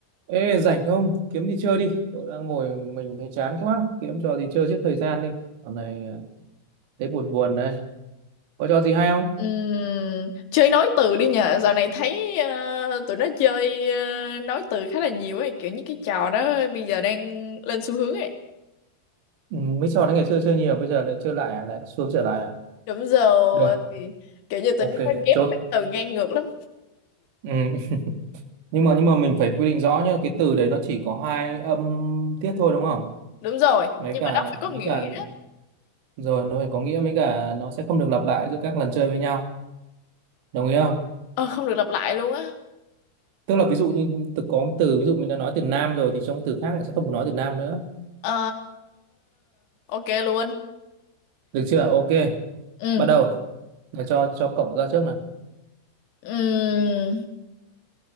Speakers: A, on the right; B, on the left.
A: Ê, rảnh không? Kiếm đi chơi đi. Tôi đang ngồi mình thấy chán quá. Kiếm trò gì chơi giết thời gian đi. Dạo này à, thấy buồn buồn đây. Có trò gì hay không?
B: Ừm, chơi nói từ đi nhờ dạo này thấy ờ, tụi nó chơi ờ, nói từ khá là nhiều ấy kiểu như cái trò đó bây giờ đang lên xu hướng ấy
A: Ừ, mấy trò đấy ngày xưa chơi nhiều, bây giờ lại chơi lại à? Lại xuống trở lại à?
B: đúng rồi
A: Được.
B: thì kiểu như tụi
A: Ok,
B: nó ghép
A: chốt.
B: cái từ ngang ngược lắm
A: Ừ. Nhưng mà nhưng mà mình phải quy định rõ nhá. Cái từ đấy nó chỉ có hai âm tiết thôi đúng không?
B: đúng rồi
A: Mấy
B: nhưng
A: cả
B: mà nó phải có
A: mấy
B: nghĩa
A: cả rồi nó phải có nghĩa mấy cả nó sẽ không được lặp lại giữa các lần chơi với nhau. Đồng ý không?
B: ờ, không được lặp lại luôn á
A: Tức là ví dụ như từ có một từ ví dụ mình đã nói từ nam rồi thì trong từ khác lại sẽ không được nói từ nam nữa.
B: Ờ, ok luôn
A: Được chưa? Ok.
B: ừ
A: bắt đầu rồi cho cho cậu ra trước nào
B: Ừm,